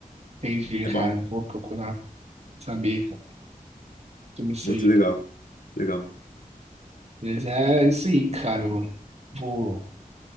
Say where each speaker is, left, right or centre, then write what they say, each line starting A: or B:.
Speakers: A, on the right; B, on the left.
A: entendi,
B: É
A: cara.
B: bom,
A: Eu Vou procurar saber, cara. Eu não sei.
B: muito legal, legal.
A: Mas é isso aí, cara. Eu vou,